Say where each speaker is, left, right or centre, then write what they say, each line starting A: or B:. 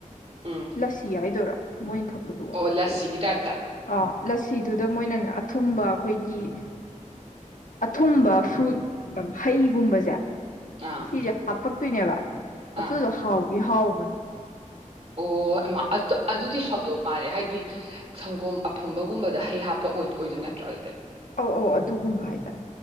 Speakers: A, on the right; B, on the left.
A: ꯎꯝ
B: ꯂꯁꯤ ꯍꯥꯏꯗꯣꯏꯔꯥ ꯃꯣꯏꯅ ꯊꯛꯄꯗꯨꯕꯨ
A: ꯑꯣ ꯂꯁꯤꯒꯤ ꯇꯥꯏꯞꯇ
B: ꯑꯥ ꯂꯁꯤꯗꯨꯗ ꯃꯣꯏꯅꯅꯦ ꯑꯊꯨꯝꯕ ꯑꯩꯈꯣꯏꯒꯤ ꯑꯊꯨꯝꯕ ꯐ꯭ꯔꯨꯠ ꯍꯩꯒꯨꯝꯕꯁꯦ
A: ꯑꯥ
B: ꯁꯤꯖ ꯍꯥꯄꯛ ꯇꯨꯏꯅꯕ ꯑꯗꯨꯗ
A: ꯑꯥ
B: ꯍꯥꯎ <unintelligible> <unintelligible>
A: ꯑꯣ ꯑꯗꯨꯗꯤ ꯍꯥꯎꯗꯣꯛ ꯃꯥꯜꯂꯦ ꯍꯥꯏꯗꯤ ꯁꯪꯒꯣꯝ ꯐꯕꯒꯨꯝꯕꯗ ꯍꯩ ꯍꯥꯞꯄ ꯑꯣꯏꯗꯣꯏ ꯅꯠꯇ꯭ꯔꯣ ꯑꯗꯨꯗꯤ
B: ꯑꯧ ꯑꯧ ꯑꯗꯨꯒꯨꯝꯕ ꯍꯥꯏꯇꯥꯔꯦ